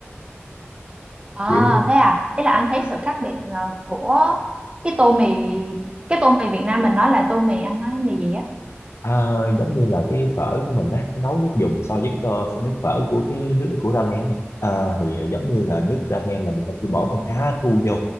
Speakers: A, on the right; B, on the left.
A: à,
B: kiểu
A: thế à thế là anh thấy sự khác biệt ờ, của cái tô mì cái tô mì Việt Nam mình nói là tô mì anh nói mì gì á
B: À, giống như là cái phở của mình á cái nấu nước dùng so với cái tô nước phở của cái nước của ramen nha à, thì à, giống như là nước ramen là người ta chỉ bỏ con cá thu vô